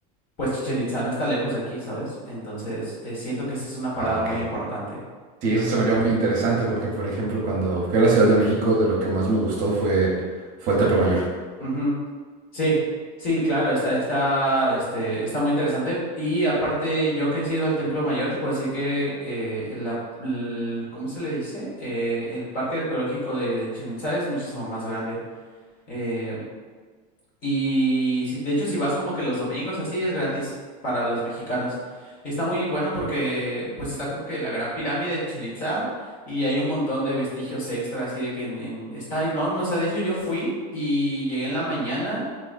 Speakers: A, on the left; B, on the right.
A: pues Chichen Itza no está lejos de aquí, ¿sabes? Entonces, eh, siento que esa es una parada
B: Ah, ok.
A: muy importante.
B: Sí,
A: Ujú,
B: eso se me haría muy interesante porque, por ejemplo, cuando fui a la Ciudad de México, de lo que más me gustó fue, fue el Templo Mayor.
A: ujú. Sí, sí, claro, está, está, este, está muy interesante. Y aparte, yo que he ido al Templo Mayor, te puedo decir que eh, la, l- ¿cómo se le dice? Eh, el parque arqueológico de, de Chichén Itzá es muchísimo más grande. Eh, Y si, de hecho, si vas como que los domingos, así es gratis para los mexicanos. Y está muy bueno porque pues está como que la gran pirámide de Chichén Itzá y hay un montón de vestigios extra, así de que en, en- está enorme. O sea, de hecho yo fui y llegué en la mañana